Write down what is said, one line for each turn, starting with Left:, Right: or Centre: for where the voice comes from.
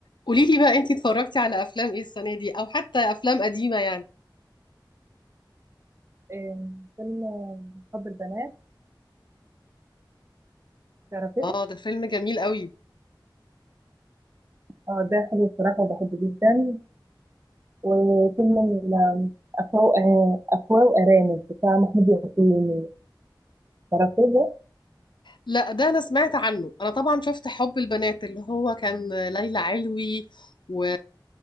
Left: قولي لي بقى انتي اتفرجتي على افلام ايه السنه دي او حتى افلام قديمه يعني
Right: آم، فيلم حب البنات تعرفيه
Left: اه ده فيلم جميل قوي
Right: اه ده حلو بصراحة وبحبه جدا وفيلم ال- أفواه آه، أفواه وأرانب بتاع محمود ياسين تعرفيه ده
Left: لا ده انا سمعت عنه انا طبعا شفت حب البنات اللي هو كان ليلى علوي و...